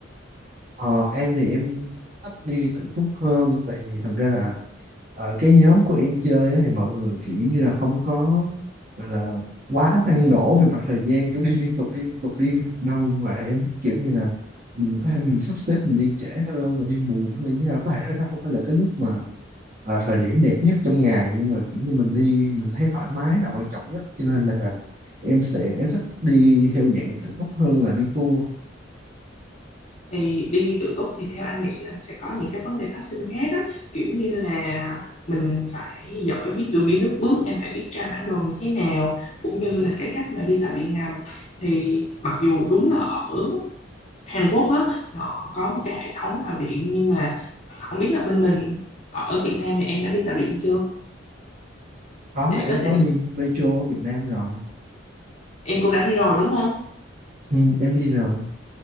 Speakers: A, on the right (about 45°); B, on the left (about 35°).
A: Ờ, em thì em thích đi tự túc hơn tại vì thật ra là ở cái nhóm của em chơi á, thì mọi người kiểu như là không có gọi là quá năng nổ về mặt thời gian kiểu đi liên tục đi liên tục đi liên tục đâu mà em thích kiểu như là mình có thể là mình sắp xếp mình đi trễ hơn mình đi muộn hay là như nào có thể là nó không phải là cái lúc mà à, thời điểm đẹp nhất trong ngày nhưng mà kiểu như mình đi mình thấy thoải mái là quan trọng nhất cho nên là em sẽ thích đi theo dạng tự túc hơn là đi tour
B: Thì đi tự túc thì theo anh nghĩ là sẽ có những cái vấn đề phát sinh khác á, kiểu như là mình phải giỏi biết đường đi nước bước, em phải biết tra bản đồ như thế nào, cũng như là cái cách mà đi tàu điện ngầm. Thì mặc dù đúng là ở Hàn Quốc á nó có một cái hệ thống tàu điện nhưng mà không biết là bên mình ở Việt Nam thì em đã đi tàu điện chưa
A: Có,
B: để
A: em
B: có
A: có
B: thể
A: đi metro ở Việt Nam rồi.
B: em cũng đã đi rồi đúng không
A: Ừ, em đi rồi.